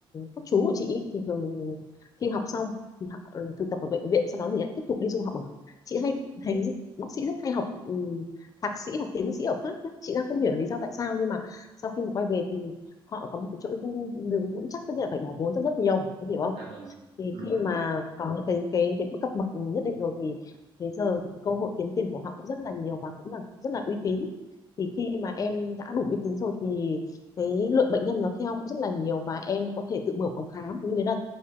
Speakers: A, on the left; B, on the right.
A: các chú của chị ý thì thường khi học xong thì họ, ừ, thực tập ở bệnh viện sau đó thì lại tiếp tục đi du học ở chị hay thấy bác sĩ rất hay học ừ, thạc sĩ hoặc tiến sĩ ở Pháp nhá chị đang không hiểu lý do tại sao nhưng mà sau khi mà quay về thì họ có một cái chỗ đứng vững chắc tất nhiên là phải bỏ vốn rất rất nhiều em hiểu không
B: dạ vâng
A: thì
B: đúng
A: khi
B: ạ
A: mà có những cái cái cái cấp bậc nhất định rồi thì thế giờ cái cơ hội kiếm tiền của họ cũng rất là nhiều và cũng là rất là uy tín thì khi mà em đã đủ uy tín rồi thì cái lượng bệnh nhân nó theo cũng rất là nhiều và em có thể tự mở phòng khám nhưng đấy là